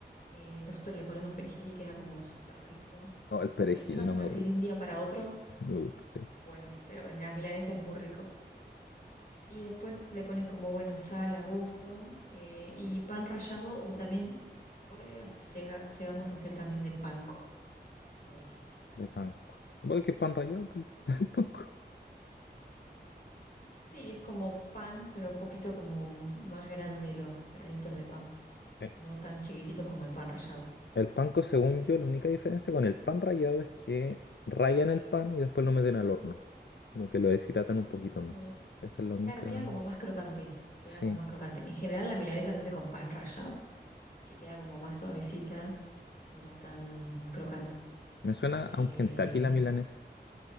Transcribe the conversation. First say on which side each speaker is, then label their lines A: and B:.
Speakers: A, on the left (about 55°); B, on the left (about 85°).
A: eh, nosotros le ponemos perejil y queda como súper rico. su-
B: No, el perejil
A: encima, si
B: no me
A: lo haces
B: gusta.
A: de un día para otro,
B: No me gusta
A: bueno, pero en la milanesa es muy rico. Y después le pones como, bueno, sal a gusto eh, y pan rallado o también Puede llega- llegamos a hacer también de panko, que está bueno.
B: de panko. Bueno, que es pan rallado, pues, <laughs> el panko.
A: Sí. Sí, es como pan, pero un poquito como más grande los granitos de pan,
B: Eh,
A: no tan chiquititos como el pan rallado.
B: El panko, según yo, la única diferencia con el pan rallado es que rayan el pan y después lo meten al horno. Como que lo deshidratan un poquito
A: Ujú.
B: más. Esa es la única.
A: Claro, queda como más crocante, queda
B: Sí.
A: como más crocante. En general la milanesa se hace con pan rallado, que queda como más suavecita y no tan crocante.
B: Me suena
A: Eh,
B: a un Kentucky la milanesa.